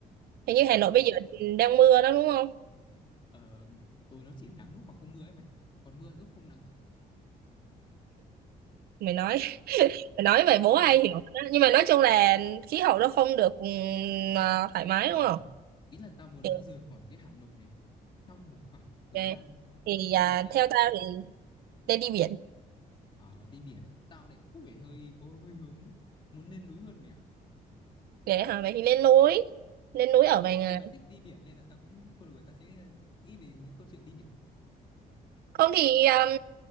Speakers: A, on the right (about 80°); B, on the left (about 30°).
A: hình
B: ừ
A: như Hà Nội bây giờ đang mưa đó đúng không?
B: ờ, ừ nó chỉ nắng lúc mà không mưa ấy mày còn mưa lúc không nắng á
A: Mày nói
B: ừ,
A: <laughs> mày nói vậy bố
B: không
A: ai hiểu đó. Nhưng mà nói chung là khí hậu nó không được ừm, à, thoải mái
B: ờ,
A: đúng không?
B: ý là tao muốn
A: Thì-
B: ờ, rời khỏi cái Hà Nội này trong một khoảng thời
A: ờ,
B: gian
A: thì
B: tao
A: à,
B: nghĩ là
A: theo tao thì lên đi biển
B: ở đi biển á, tao lại có vẻ hơi có hơi hướng muốn lên núi hơn mày ạ
A: để hả vậy thì lên núi lên
B: nhưng
A: núi
B: mà
A: ở
B: thôi
A: vài ngày
B: vì mày thích đi biển nên là tao cũng thôi được rồi tao sẽ nghĩ về những câu chuyện đi biển
A: không thì um,